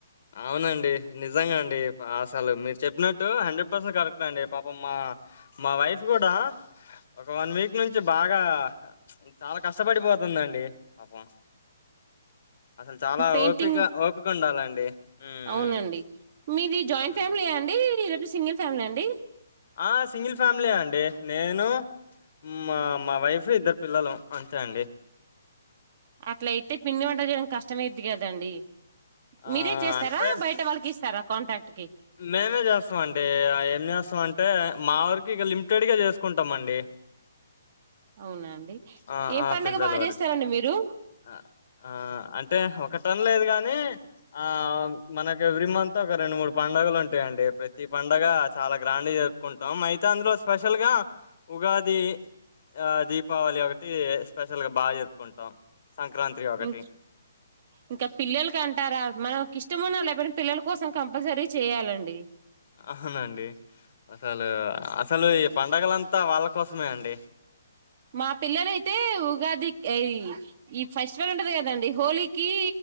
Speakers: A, on the left (about 55°); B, on the right (about 45°).
A: అవునండి నిజంగా అండి అసలు మీరు చెప్పినట్టు హండ్రెడ్ పస్ కరె అండి పాపం మా మా వైఫ్ కూడా ఒక వన్ వీక్ వన్ వీక్ నుంచి బాగా చాలా కష్టపడిపోతుందండి పాపం అసల్ చాలా
B: పెయింటింగ్
A: ఓపిగ ఓపిక ఉండాలండి మ్మ్
B: అవునండి
A: మ్మ్
B: మీది జాయింట్
A: మ్మ్
B: ఫ్యామిలీయా అండి లేకపోతే సింగిల్ ఫ్యామిలియా అండి
A: ఆహ్ సింగిల్ ఫ్యామిలీయే అండి నేను మా మా వైఫ్ ఇద్దరం పిల్లలు అంతే అండి
B: అట్లయితే పిండి వంటలు చేయడం కష్టమైది కదండి
A: ఆ
B: మీరే చేస్తారా
A: అంటే
B: బయట వాళ్ళకి ఇస్తారా కాంట్రాక్ట్ కి
A: మేమే చేస్తామ అండి ఏనీ చేస్తాం అంటే మా వరకు ఇంకా లిమిటెడ్గా చేసుకుంటాం అండి
B: అవునా
A: ఆహ్
B: ఏం
A: ఆహ్
B: పండగ
A: పిల్లల
B: బాగా
A: వరకు
B: చేస్తారండి మీరు
A: ఆ ఆహ్ అంటే ఓహో ఒక టన్ లేదు గాని ఆ మనకు ఎవ్రీ మంత్ ఒక రెండు మూడు పండుగలు ఉంటాయండి ప్రతి పండగ చాలా గ్రాండ్ జరుపుకుంటాం అయితే అందులోస్ స్పెషల్ గా ఉగాది ఆ దీపావళి ఏవైతే స్పెషల్ గా బా జరుపుకుంటాం సంక్రాంతి ఒకటి
B: ఇం ఇంకా పిల్లలకి అంటారా మనకి ఇష్టం ఉన్నా లేకపోయినా పిల్లల కోసం కంపల్సరీ చేయాలండి
A: ఆహానండి అసలు అసలు ఈ పండగలంతా వాళ్ళ కోసమే అండి
B: మా పిల్లలయితే ఉగాది ఏయ్ ఈ ఫెస్టివల్ ఉంటది కదండి హోలీ కి